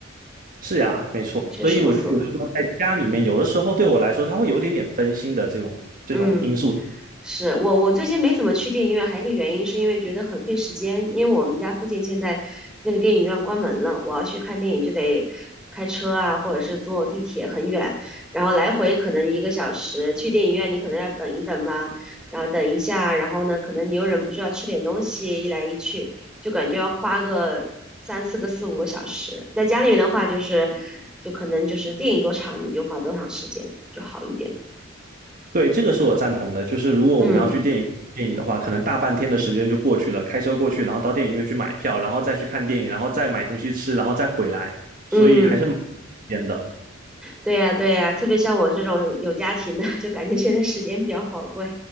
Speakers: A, on the right; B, in the centre.
A: 是呀，
B: 对，
A: 没错，
B: 确实不错。
A: 所以我就觉得说，在家里面，有的时候对我来说，它会有一点点分心的这种这种因素。
B: 嗯。是我，我最近没怎么去电影院，还有一个原因是因为觉得很费时间，因为我们家附近现在那个电影院关门了，我要去看电影就得开车啊，或者是坐地铁很远，然后来回可能一个小时，去电影院你可能要等一等吧，然后等一下，然后呢，可能你又忍不住要吃点东西，一来一去就感觉要花个三四个四五个小时，在家里面的话就是，就可能就是电影多长你就花多长时间就好一点，
A: 对，这个是我赞同的。就是如果我们要去电影电影的话，
B: 嗯
A: 可能大半天的时间就过去了，开车过去，然后到电影院去买票，然后再去看电影，然后再买东西吃，然后再回来，所以还是蛮
B: 嗯。
A: 时的。
B: 对呀，对呀，特别像我这种有家庭的，<laughs> 就感觉现在时间比较宝贵，